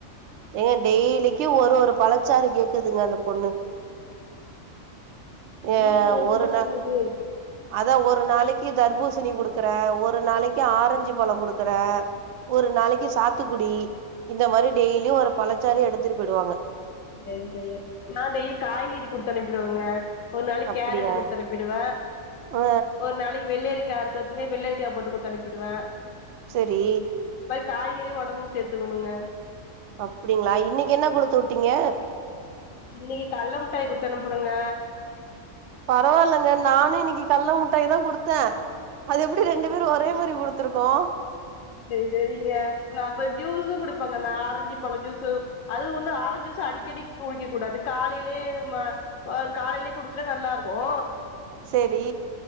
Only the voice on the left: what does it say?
வெயிலுக்கு அதுதானங்க
நல்லது
சரி சரி நா டெய்லி காய்கறி குடுத்து அனுப்பிடுவங்க ஒரு நாளைக்கு
கேரட் கொடுத்தனப்பிடுவ
ஒரு நாளைக்கு வெள்ரி <unintelligible> வெள்ளரிக்கா போட்டு குடுத்து அனுப்பிடுவேன்
காய்கறி ஒடம்புக்கு சேர்த்துக்கணுங்க
இன்னைக்கு கல்ல முட்டாய் குடுத்தனுப்பனேங்க
சரி சரிங்க நா அப்புற ஜூஸும் குடுப்பாங்க நா ஆரஞ்சி பழம் ஜூஸு அது உந்து ஆரஞ்சஜூஸூ அடிக்கடி குடிக்க கூடாது காலையிலே ம வ காலையிலயே குடிச்ச நல்லா இருக்கோ